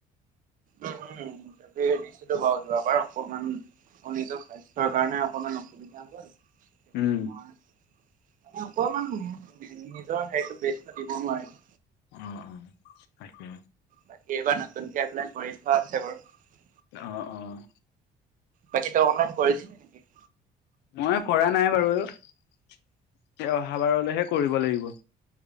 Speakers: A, on the right; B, on the left.
A: উম, হম। তাকে দিছিলো বাৰু যোৱা বাৰো। অকমান নিজৰ স্বাস্থ্যৰ কাৰণে অকমান অসুবিধা হ'ল। সেইবাবে
B: উম।
A: মই মানে অকমান নিজৰ হেৰিতো বেষ্টটো দিব নোৱাৰিলো।
B: অ', অ', তাকে।
A: বাকী এইবাৰ নতুনকে এপলাই কৰি থোৱা আছে বাৰু।
B: অ', অ'।
A: বাকি তই অনলাইন কৰিছিলি নেকি?
B: মই কৰা নাই বাৰু, এ, অহা বাৰলৈহে কৰিব লাগিব।